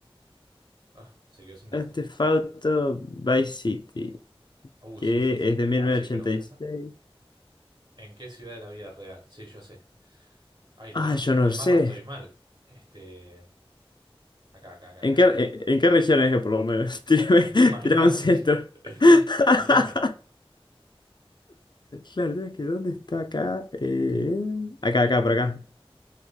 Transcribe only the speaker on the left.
Este Theft Auto Vice City,
que
es de mil
novecientos
ochenta y
seis
Ah,
yo
no
sé.
¿En
qué,
en,
en qué región es, por lo menos? <laughs> Tírame,
tírame un centro.
<laughs>
Claro, ¿sabes que ¿Dónde está acá? Eh, acá, acá, por acá.